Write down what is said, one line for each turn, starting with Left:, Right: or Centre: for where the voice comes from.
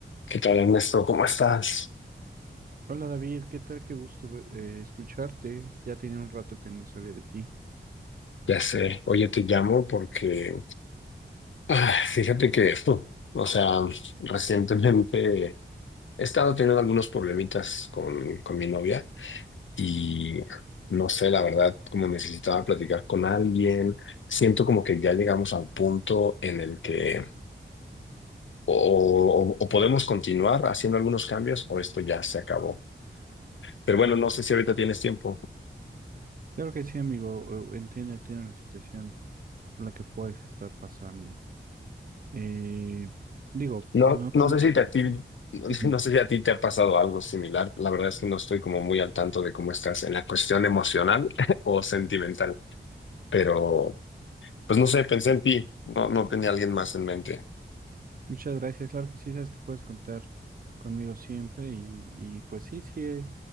Left: ¿Qué tal, Ernesto? ¿Cómo estás?
Right: Hola David, ¿qué tal? Qué gusto ver- eh, escucharte. Ya tenía un rato que no sabía de ti.
Left: Ya sé, oye, te llamo porque, ah, fíjate que, fu, o sea, recientemente he estado teniendo algunos problemitas con, con mi novia y no sé, la verdad, como necesitaba platicar con alguien, siento como que ya llegamos al punto en el que o, o o podemos continuar haciendo algunos cambios o esto ya se acabó. Pero bueno, no sé si ahorita tienes tiempo.
Right: Claro que sí, amigo. eh, Entiendo, entiendo la situación por la que puedes estar pasando. Eh, digo,
Left: No,
Right: no te
Left: no
Right: muchas.
Left: sé si te, a ti, <laughs>
Right: Ujú.
Left: no sé si a ti te ha pasado algo similar. La verdad es que no estoy como muy al tanto de cómo estás en la cuestión emocional <laughs> o sentimental, pero pues no sé, pensé en ti. No, no tenía alguien más en mente.
Right: Muchas gracias. Claro que sí, sabes que puedes contar conmigo siempre. Y, y pues sí, sí he,